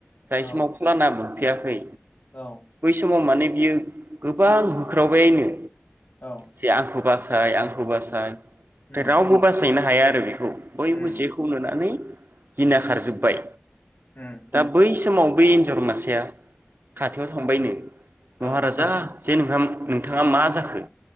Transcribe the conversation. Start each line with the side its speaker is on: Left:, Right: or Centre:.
Right: जाय
Left: औ
Right: समाव फलाना मोन फैयाखै
Left: औ
Right: बै समाव माने बियो गोबां होख्रावबायनो
Left: औ
Right: जे आंखौ बास साय आंखौ बासाय
Left: उम
Right: रावबो बासायना हाया आरो बे खौ बयबो
Left: उम
Right: जेखौ नुनानै गिना खारजोब्बाय।
Left: उम
Right: दा बै समाव बै एन्जर मासेया खाथियाव थांबायनो। महाराजा
Left: औ
Right: जे नोंथां नोंथाङा मा जाखो?